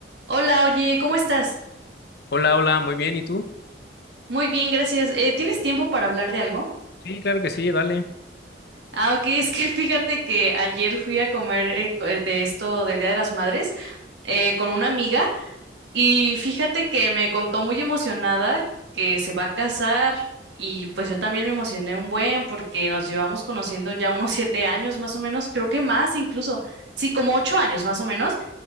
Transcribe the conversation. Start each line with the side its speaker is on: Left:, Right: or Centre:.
Right: Hola, oye, ¿cómo estás?
Left: Hola, hola, muy bien, ¿y tú?
Right: Muy bien, gracias. Eh, ¿tienes tiempo para hablar de algo?
Left: Sí, claro que sí, dale.
Right: Ah, ok, <laughs> es que fíjate que ayer fui a comer eh, co- eh, de esto del Día de las Madres eh, con una amiga y fíjate que me contó muy emocionada que se va a casar y pues yo también me emocioné un buen porque nos llevamos conociendo ya unos siete años más o menos, creo que más incluso, sí, como ocho años más o menos.